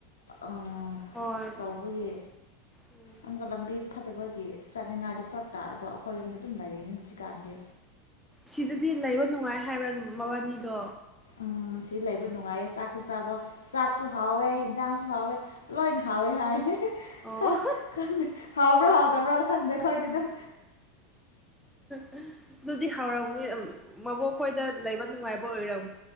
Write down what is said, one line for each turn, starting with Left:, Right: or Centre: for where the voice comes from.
Left: ꯎꯝ
Centre: ꯍꯣꯏ
Left: ꯇꯧꯕꯒꯤ
Centre: ꯎꯝ
Left: ꯑꯃꯒ ꯂꯝꯕꯤ ꯐꯠꯇꯕꯒꯤ ꯆꯠꯅꯤꯡꯉꯥꯏꯗꯣ ꯐꯔꯛ ꯇꯥꯔꯕ ꯑꯩꯈꯣꯏ ꯌꯨꯝꯗ ꯑꯗꯨꯝ ꯂꯩꯌꯦꯅꯤ ꯍꯧꯖꯤꯛꯀꯥꯟꯗꯤ
Centre: ꯁꯤꯗꯗꯤ ꯂꯩꯕ ꯅꯨꯡꯉꯥꯏ ꯍꯥꯏꯕ꯭ꯔꯥ ꯃꯕꯥꯅꯤꯗꯣ
Left: ꯎꯝ ꯁꯤ ꯂꯩꯕ ꯅꯨꯡꯉꯥꯏꯌꯦ ꯆꯥꯛꯁꯨ ꯆꯥꯕ ꯆꯥꯛꯁꯨ ꯍꯥꯎꯋꯦ ꯍꯟꯖꯥꯡꯁꯨ ꯍꯥꯎꯋꯦ ꯂꯣꯏꯅ ꯍꯥꯎꯋꯦ ꯍꯥꯏ
Centre: ꯑꯣ
Left: ꯈꯪ ꯈꯪꯗꯦ ꯍꯥꯎꯕ꯭ꯔꯥ ꯍꯥꯥꯎꯇꯕ꯭ꯔꯥ ꯈꯪꯗꯦ ꯑꯈꯣꯏꯗꯤ ꯑꯗꯨꯝ
Centre: ꯑꯗꯨꯗꯤ ꯍꯧꯔꯝꯅꯤ ꯃꯕꯣꯛ ꯈꯣꯏꯗ ꯂꯩꯕ ꯅꯨꯡꯉꯥꯏꯕ ꯑꯣꯏꯔꯝ